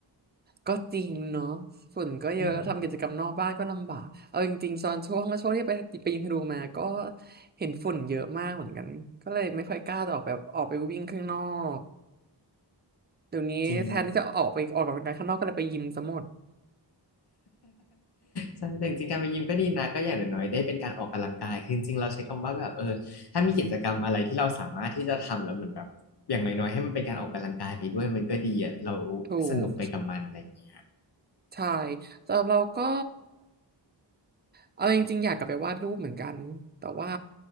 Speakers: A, on the right (about 25°); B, on the left (about 65°).
A: ก็จริงเนาะฝุ่นก็เยอะทำกิจกรรมนอกบ้านก็ลำบากเอาจริงๆตอนช่วงช่วงที่ไปไปยิมพารูมาก็
B: อืม <laughs>
A: เห็นฝุ่นเยอะมากเหมือนกันก็เลยไม่ค่อยกล้าจะออกแบบออกไปวิ่งข้างนอกเดี๋ยวนี้แทนที่จะออกไปออกกำลังกายข้างนอกก็เลยไปยิมซะหมด
B: จริง ใช่แต่จริงๆการไปยิมก็ดีนะก็อย่างน้อยๆได้เป็นการออกกำลังกายคือจริงๆเราใช้คำว่าแบบเออถ้ามีกิจกรรมอะไรที่เราสามารถที่จะทำแล้วเหมือนแบบอย่างน้อยๆให้มันเป็นการออกกำลังกายไปด้วยมันก็ดีอ่ะเรา
A: ถูก
B: สนุกไปกับมันอะไรอย่างเงี้ย
A: ใช่สำหรับเราก็เอาจริงๆอยากกลับไปวาดรูปเหมือนกันแต่ว่า